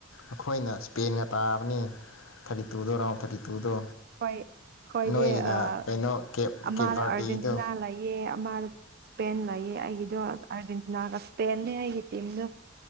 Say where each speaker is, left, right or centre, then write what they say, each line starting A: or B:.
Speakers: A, on the left (about 75°); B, on the right (about 50°).
A: ꯑꯈꯣꯏꯅ ꯁ꯭ꯄꯦꯟꯒ ꯇꯥꯕꯅꯤ ꯊꯥꯔꯇꯤ ꯇꯨꯗꯣ ꯔꯥꯎꯟ ꯊꯥꯔꯇꯤ ꯇꯨꯗꯣ꯫
B: ꯍꯣꯏ ꯑꯈꯣꯏꯗꯤ
A: ꯅꯣꯏꯒꯤꯅ
B: ꯑꯥ
A: ꯀꯩꯅꯣ ꯀꯦꯞ
B: ꯑꯃꯗ
A: ꯀꯦꯞ ꯕꯔꯗꯦꯗꯣ
B: ꯑꯔꯖꯦꯟꯇꯤꯅꯥ ꯂꯩꯌꯦ ꯑ꯫ ꯃꯥꯗ ꯁ꯭ꯄꯦꯟ ꯂꯩꯌꯦ ꯑꯩꯒꯤꯗꯣ ꯑꯔꯖꯦꯟꯇꯤꯅꯥꯒ ꯁ꯭ꯄꯦꯟꯅꯦ ꯑꯩꯒꯤ ꯇꯤꯝꯗꯣ꯫